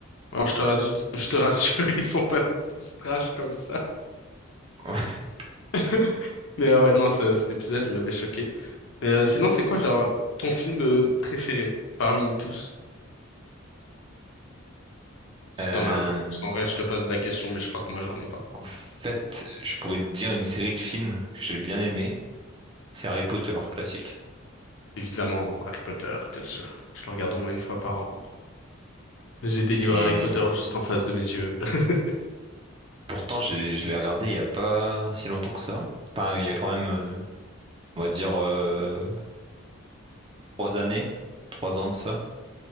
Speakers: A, on the left; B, on the right.
A: Alors, je te rassure, je te rassure, <laughs> ils sont pas tous trash comme ça.
B: <laughs>
A: <laughs> Mais euh, ouais, non, ce- cet épisode, il m'avait choqué. Mais euh, sinon, c'est quoi, genre, ton film euh, préféré parmi tous? Si
B: Euh,
A: t'en as un. Parce qu'en vrai, je te pose la question, mais je crois que moi, j'en ai pas.
B: En fait, je pourrais te dire une série de films que j'ai bien aimé. C'est Harry Potter, classique.
A: Évidemment, Harry Potter, bien sûr. Je le regarde au moins une fois par an. J'ai des livres
B: Et
A: Harry Potter juste en face de mes yeux. <laughs>
B: pourtant, j'ai- je l'ai regardé il n'y a pas si longtemps que ça. Enfin, il y a quand même, euh, on va dire, euh, trois années, trois ans de ça.